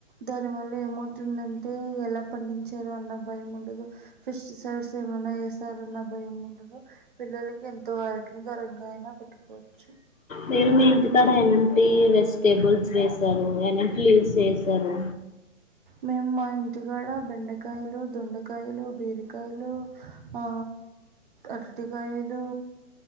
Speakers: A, on the right; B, on the left.
A: దాని వల్ల ఏమవుతుందంటే ఎలా పండించారు అన్న భయం ఉండదు, ఫెస్టిసైడ్స్ ఏమైనా ఏసారన్న అన్న భయం ఉండదు. పిల్లలకి ఎంతో ఆరోగ్యకరంగా అయినా పెట్టుకోవచ్చు
B: మీరు మీ ఇంటికాడ ఎలాంటి వెజిటేబుల్స్ వేసారు ఎలాటి లీవ్స్ వేసారు?
A: మేం మా ఇంటికాడ బెండకాయలు, దొండకాయలు, బీరకాయలు, ఆ అరటికాయలు,